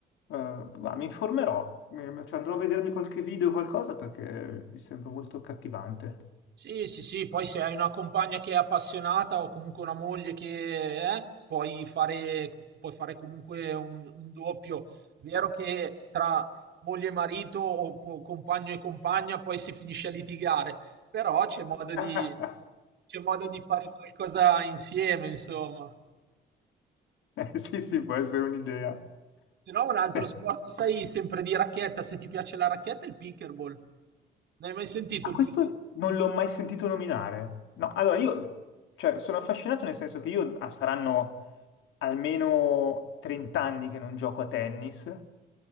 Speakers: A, on the left; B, on the right.
A: Eh, ma mi informerò, Mi- cioè, andrò a vedermi qualche video o qualcosa perché mi sembra molto cattivante.
B: Sì, sì, sì, poi se hai una compagna che è appassionata o comunque una moglie che è, puoi fare, puoi fare comunque un, un doppio. È vero che tra moglie e marito o, o compagno e compagna poi si finisce a litigare, però c'è modo di,
A: <laughs>
B: c'è modo di fare qualcosa insieme, insomma.
A: Eh, Sì, sì, può essere un'idea.
B: Se no, un altro
A: Eh,
B: sport, sai, sempre di racchetta, se ti piace la racchetta, il pickleball. Non hai mai sentito
A: A
B: il
A: questo
B: pickleball?
A: non l'ho mai sentito nominare. No, allora io, cioè, sono affascinato nel senso che io ah, saranno almeno 30 anni che non gioco a tennis